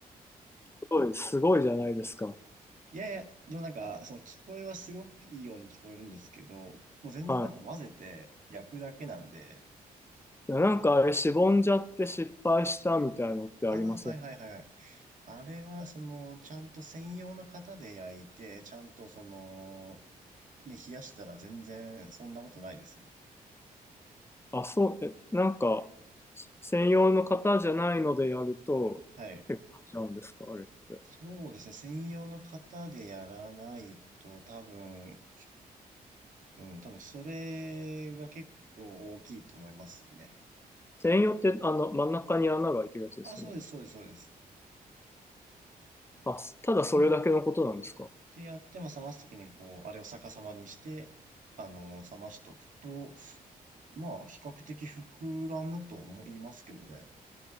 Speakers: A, on the left; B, on the right.
A: すごい、すごいじゃないですか。
B: いやいや、でもなんか、その聞こえはすごくいいように聞こえるんですけど、もう全然なんか混ぜて焼くだけなんで、
A: はい。いやなんかあれしぼんじゃって失敗したみたいのってありません
B: ああ、はいはいはいはい。あれは、その、ちゃんと専用の型で焼いて、ちゃんとその、ね、冷やしたら全然そんなことないですよ。
A: あ、そう、え、なんか専用の方じゃないのでやると、
B: はい。
A: 結構しちゃうんですか、あれって。
B: そうですね。専用の型でやらないと多分、うん、多分それが結構大きいと思いますね。
A: 専用ってあの真ん中に穴が開いてるやつですよね。
B: あ、そうです、そうです、そうです。
A: あ、すただそれだけのことなんですか。
B: ってやって、まあ、冷ますときにこう、あれを逆さまにして、あの、冷ましとくと、まあ、比較的膨らむと思いますけどね。